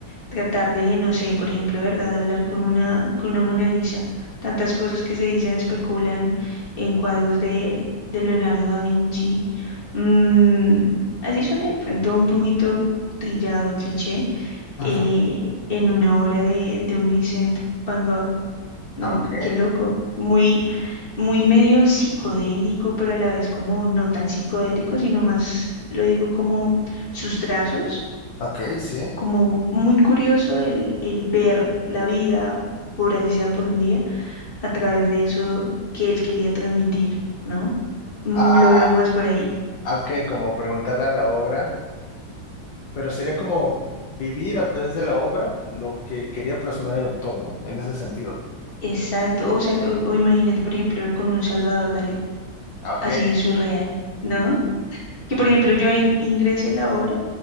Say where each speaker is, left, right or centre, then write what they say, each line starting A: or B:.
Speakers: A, on the left; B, on the left.
A: tratar de, no sé, por ejemplo, ¿verdad? Hablar con una, con una Mona Lisa. Tantas cosas que se dicen, especulan en cuadros de, de Leonardo da Vinci. Mm, así suena de pronto un poquito trillado, cliché,
B: Ajá.
A: eh, en una obra de, de un Vincent Van Gogh, ¿no?
B: Ok,
A: Qué loco. Muy, muy medio psicodélico, pero a la vez como no tan psicodélico, sino más, lo digo como sus trazos
B: ok, sí.
A: como muy curioso el, el ver la vida, por así sea por un día, a través de eso que él quería transmitir, ¿no? Mm,
B: Ah,
A: Lo veo más por ahí.
B: ok, como preguntarle a la obra, pero sería como vivir a través de la obra lo que quería plasmar el autor, ¿no? En ese sentido.
A: Exacto. O sea, o, o imagínate, por ejemplo, con un Salvador Dalí,
B: Ok.
A: así es surreal, ¿no? Que por ejemplo yo en, ingrese a la obra